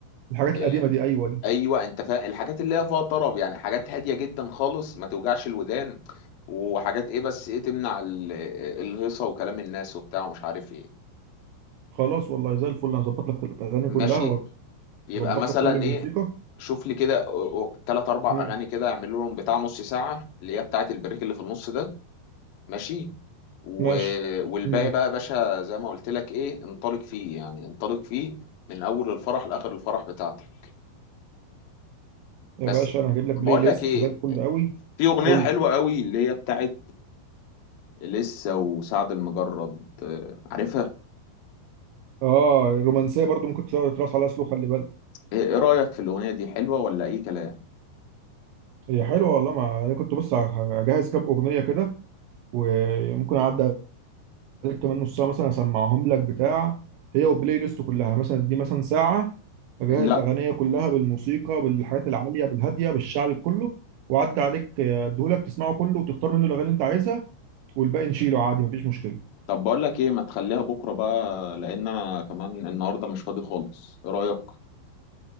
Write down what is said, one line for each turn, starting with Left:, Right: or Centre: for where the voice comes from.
Right: الحاجات
Left: آه،
Right: القديمه دي ايوه دي
Left: ايوه انت فاهم الحاجات اللي هي فيها طرب يعني حاجات هاديه جدا خالص ما توجعش الودان وحاجات ايه بس ايه تمنع ال- الهيصه وكلام الناس وبتاع ومش عارف ايه
Right: خلاص والله زي الفل هظبط لك الاغاني
Left: ماشي
Right: كلها وهظبط
Left: يبقى مثلا
Right: لك كل الموسيقى
Left: ايه شوف لي كده ثلاث اربع
Right: مم.
Left: اغاني كده اعمل لهم بتاع نص ساعه اللي هي بتاعه البريك اللي في النص ده ماشي و...
Right: ماشي
Left: والباقي
Right: مم.
Left: بقى يا باشا زي ما قلت لك ايه انطلق فيه يعني انطلق فيه من اول الفرح لاخر الفرح بتاعتك
Right: يا
Left: بس
Right: باشا انا هجيب لك بلاي
Left: بقول
Right: ليست
Left: لك ايه
Right: زي الفل قوي
Left: في اغنيه
Right: قول
Left: حلوه
Right: لي
Left: قوي اللي هي بتاعه لسه وسعد المجرد آه، عارفها
Right: اه الرومانسيه برضو ممكن تقعد تراس عليها سلو خلي بالك
Left: ايه إيه رأيك في الأغنية دي حلوة ولا اي كلام
Right: هي حلوه والله ما انا كنت بس هجهز كام اغنيه كده وممكن اعدي عليك كمان نص ساعه مثلا اسمعهم لك بتاع هي والبلاي ليست كلها مثلا دي مثلا ساعه اجهز
Left: لا
Right: اغنيه كلها بالموسيقى بالحاجات العاليه بالهاديه بالشعبي كله وعدي عليك آه، اديهولك تسمعه كله وتختار منه الاغاني اللي انت عايزها والباقي نشيله عادي مفيش مشكله
Left: طب بقول لك ايه ما تخليها بكرة بقى لأن انا كمان النهاردة مش فاضي خالص ايه رأيك